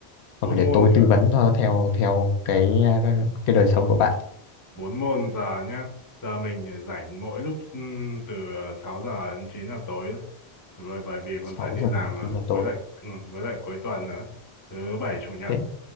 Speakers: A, on the left; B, on the left.
A: hoặc
B: bốn
A: là để
B: môn
A: tôi
B: cửa,
A: tư vấn thôi theo theo cái ờ, cái đời sống của bạn.
B: bốn môn giờ nhá. Giờ mình rảnh mỗi lúc ừm, từ 6 giờ đến 9 giờ tối thôi. Bởi, bởi vì còn
A: sáu
B: phải đi
A: giờ
B: làm mà,
A: chín giờ
B: với
A: tối.
B: lại ừ, với lại cuối tuần nữa, thứ bảy chủ nhật.
A: Thế